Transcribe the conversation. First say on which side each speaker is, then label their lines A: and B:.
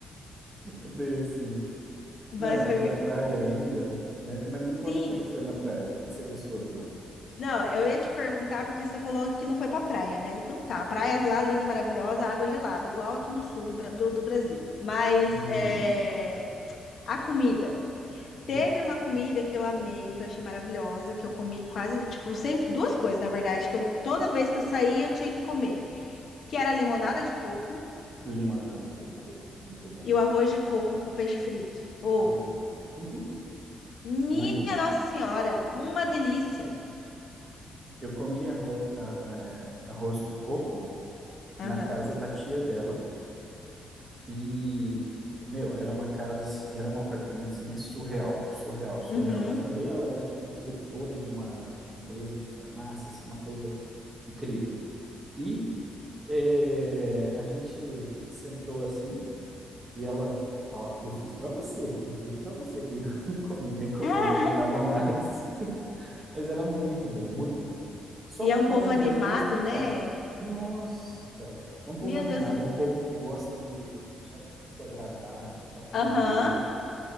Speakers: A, on the right; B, on the left.
A: É Bem assim.
B: Mas
A: Não, e
B: foi
A: pra
B: muito
A: praia
B: bom.
A: ainda, né? Mas me conta
B: Sim.
A: como é que foi na praia. O que que você gostou de lá?
B: Não, eu ia te perguntar porque você falou que não foi pra praia, né? Então tá, praias
A: Uhum.
B: lá, linda, maravilhosa, água gelada, igual aqui no sul do, Bra- do, do Brasil. Mas
A: Uhum.
B: é, a comida.
A: Uhum.
B: Teve uma comida que eu amei, que eu achei maravilhosa, que eu comi quase, tipo, sempre, duas coisas, na verdade, que eu toda vez que eu saía eu tinha que comer, que era limonada de coco
A: Limonada de coco, muito bom.
B: E o arroz de coco com peixe frito. Oh,
A: Arroz e coco. Uhum.
B: minha
A: Muito bom.
B: Nossa Senhora, uma delícia.
A: Eu comia arroz, a- a- é, arroz com coco
B: Aham.
A: na casa da tia dela e, meu, era uma casa, assim, era um apartamento assim, surreal, surreal, surreal.
B: Uhum.
A: Mas também
B: <laughs>
A: ela era tipo diretora de uma empresa de farmácia, assim, uma coisa incrível. E é, a gente sentou assim e ela, ó, eu fiz pra você, eu fiz pra você. E eu <laughs> comia, comia,
B: Ah,
A: não aguentava mais. Mas era muito bom, muito bom. Só
B: E
A: comendo
B: é um povo animado,
A: mesmo para explicar.
B: né?
A: Nossa, é um povo
B: Meu
A: animado,
B: Deus. eu-
A: é um povo que gosta de, de te, a- te agradar, de te atender,
B: Aham.